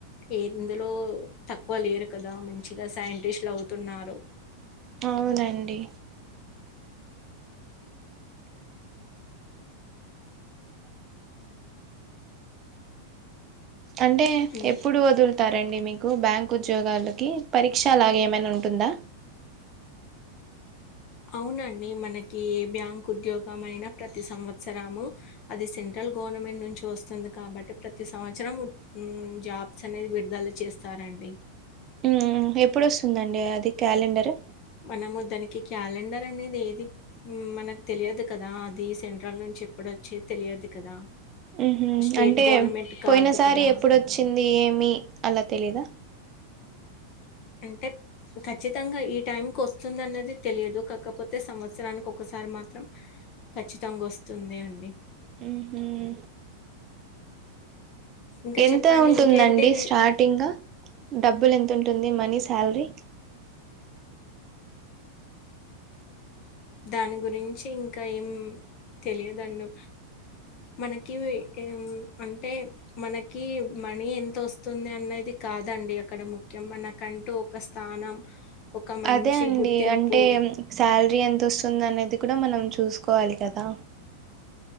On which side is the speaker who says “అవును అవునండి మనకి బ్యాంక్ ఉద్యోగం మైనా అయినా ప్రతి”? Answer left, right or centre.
Left